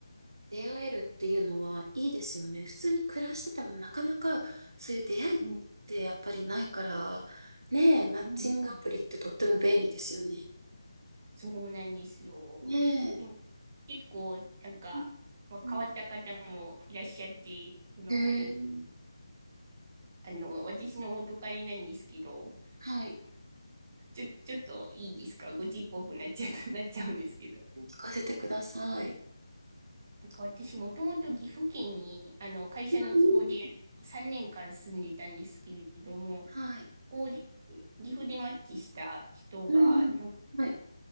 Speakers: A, on the right; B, on the right.
A: 出会えるっていうのはいいですよね。普通に暮らしててもなかなかそういう出会いってやっぱりないから、
B: うん、
A: ねえ、マッチングアプリってとっても便利ですよね。
B: うんそうなんですよ。
A: ねえ。
B: でも結構、なんか、
A: うん
B: まあ、
A: うん
B: 変わった方もいらっしゃって、その、
A: へえー
B: あの、私の元彼なんですけど、
A: はい。
B: ちょ、ちょっといいですかごちっぽくなっちゃった、なっちゃうんですけど。
A: 聞かせてください。
B: なんか私もともと岐阜県にあの会社の都合で3年間住んでいたんですけれども、
A: うんうんはい。
B: ここで岐阜でマッチした人が、
A: うんうん。
B: なんか
A: はい。